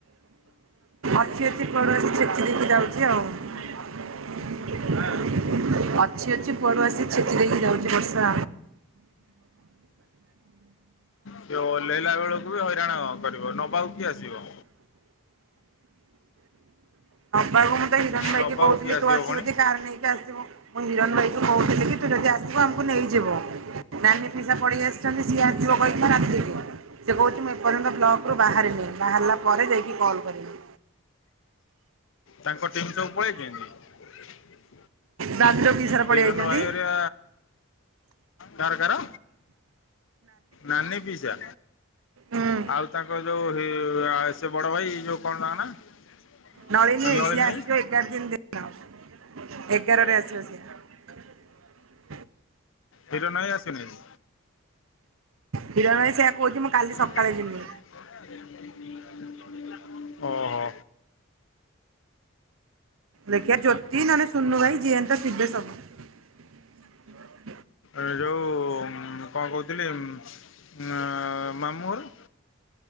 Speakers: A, on the right; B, on the left.
A: ଅଛି ପଡୁଛି ଛେକି ଦେଇକି ଯାଉ। କଉ <unintelligible> ଅଛି ଅଛି କୁଆଡୁ ଆସି ଛତିରେକି ଯାଉଛି ବର୍ଷା।
B: ସେ ଓଲେଇଲା ବେଳକୁ ବି ହଇରାଣ କରିବ ନବାକୁ କି ଆସିବ।
A: ବା ହିରଣ ଭାଇକିହୁଥିଲଥିଲେ
B: ନବାକୁ କିଏ ଆସିବ
A: ତୁ ଆସିବଧିକ
B: ପୁଣି?
A: କାର ନେଇକି ଆସିବୁ ମୁଁ ହିରଣ ଭାଇ କୁ କହୁଥିଲି କି ତୁ ଯଦି ଆସିବୁ ଆମକୁ ନେଇଯିବ ଡାନୀ ପିସା ପଡିେଇ ଆସିଛନ୍ତି ସିଏ ଆସିବ କହି ରାତିକ ସେ କହୁଛି ମୁଁ ଏପର୍ଯ୍ୟନ୍ତ ବ୍ଲକ୍ରୁ ବାହାରିନି ବାହାରିଲା ପରେ ଯାଇକି କଲ୍ କରିବି
B: ତାଙ୍କ ଟିମ୍ ସବୁ ପଳେଇ ଦିଅନ୍ତି।
A: ଦାଣ୍ଡ ପିସାର
B: ହିରଣ
A: ପଳେଇ ଯାଇଛନ୍ତି
B: ଭାଇଆ କାର କ ନାନୀ ପିସା
A: ହୁଁ
B: ଆଉ ତାଙ୍କ ଯୋଉ ସେ ବଡ ଭାଇ ଯୋଉ କଣ ନାଙ୍କ ନା
A: ନଳିନି <unintelligible>
B: ନଳିନୀ ଭାଇ
A: ଆସିବା ଏଗାର ଦିନ <unintelligible> ଏ ଗାରରେ ଆସିବ ସିଏ।
B: ହିରନ୍ ଭାଇ ଆସିନି ଆଜି?
A: ହିରଣ ଭାଇ ସେୟା କହୁଛି ମୁଁ କାଲି
B: <unintelligible>
A: ସକାଳେ ଯିମି
B: ଓହୋ।
A: ଦେଖିଆ ଜ୍ୟୋତି ନନେ ସୁନୁ ଭାଇ ଯିଏ ହେନେ ତ ଥିବେ ସବୁ <unintelligible>
B: ଏଯୋଉ ଉଁ କଣ କହୁଥିଲି ଉଁ ଅଁ ମାମୁଁଘର?